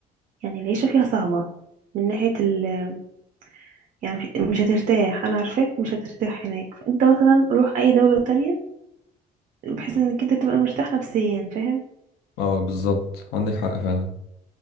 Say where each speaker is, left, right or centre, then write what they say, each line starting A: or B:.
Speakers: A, on the right; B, on the left.
A: يعني العيشة فيها صعبة من ناحية ال يعني مش هترتاح انا عارفاك مش هترتاح هناك فانت مثلا روح اي دولة تانية بحيث انك انت تبقى مرتاح نفسيا فاهم
B: اه بالظبط عندك حق فعلا